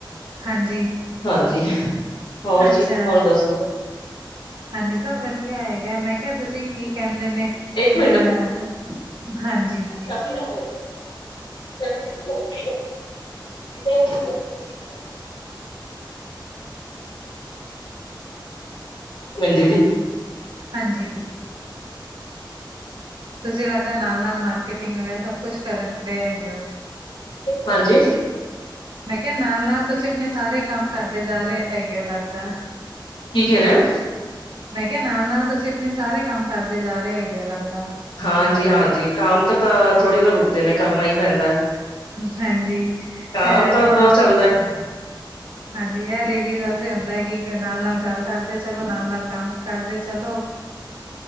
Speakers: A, on the right; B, on the left.
A: ਹਾਂਜੀ,
B: ਹਾਂਜੀ ਹੋਰ ਜੀ
A: ਅੱਛਾ
B: ਹੋਰ ਦੱਸੋ?
A: ਹਾਂਜੀ ਸਭ ਵੱਧੀਆਂ ਹੈਗਾ ਮੈਂ ਕੇਆ ਤੁਸੀਂ ਕੀ ਕੇਂਦੇ ਨੇ
B: ਇੱਕ
A: ਅਹ-ਹਾਂਜੀ।
B: ਕਾਚ ਜਾਨੇ ਪਏ ਆ, ਟ੍ਰਾਂਜਿਟ ਲੱਗਣੀ ਸਾਡੀ ਤਾ। <inaudible> ਮੈਨ ਦੀਦੀ
A: ਹਾਂਜੀ। ਤੁਸੀਂ ਲੱਗਦਾ ਨਾਲ਼ -ਨਾਲ਼ ਮਾਰਕੀਟਿੰਗ ਵਗੈਰਾ ਸਭ ਕੁਛ ਕਰਨ ਦੇ ਹੈਗੇ ਹੋ
B: ਹਾਂਜੀ
A: ਮੈਂ ਕੇਆ ਨਾਲ਼ -ਨਾਲ਼ ਤੁਸੀਂ ਆਪਣੇ ਸਾਰੇ ਕੰਮ ਕਰਦੇ ਜਾ ਰਏ ਹੈਗੇ ਓ ਲੱਗਦਾ
B: ਕੀ ਕੈ ਰਏ ਓ
A: ਮੈਂ ਕੇਆ ਨਾਲ਼-ਨਾਲ਼ ਤੁਸੀਂ ਆਪਣੇ ਸਾਰੇ ਕੰਮ ਕਰਦੇ ਜਾ ਰਏ ਹੈਗੇ ਓ ਲੱਗਦਾ
B: ਹਾਂਜੀ -ਹਾਂਜੀ ਕਾਮ ਤਾਂ ਕਾ ਥੋੜ੍ਹੀ ਨਾ ਰੁਕਦੇ ਨੇ ਕਰਨਾ ਈ ਪੈਂਦਾ।
A: ਹਾਂਜੀ
B: ਕੰਮ
A: ਅਹ
B: ਤਾਂ
A: ਥੋੜ੍ਹਾ
B: ਚੱਲਦਾ ਹੀ
A: ਹਾਂਜੀ ਏ ਲੇਡੀਜ਼ ਵਾਸਤੇ ਹੁੰਦਾ ਹੈ ਕਿ ਨਾਲ਼- ਨਾਲ਼ ਗੱਲ ਕਰਦੇ ਚਲੋ ਨਾਲ਼- ਨਾਲ਼ ਕੰਮ ਕਰਦੇ ਚਲੋ